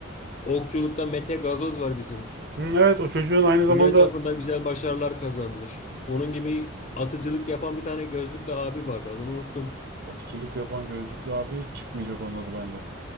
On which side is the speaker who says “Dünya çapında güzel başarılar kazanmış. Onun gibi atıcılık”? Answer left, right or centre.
Left